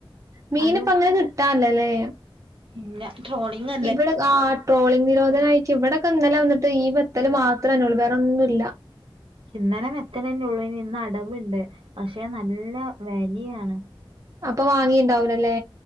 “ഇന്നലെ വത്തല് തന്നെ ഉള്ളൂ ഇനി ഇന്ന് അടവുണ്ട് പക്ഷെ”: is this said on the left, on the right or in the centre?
Right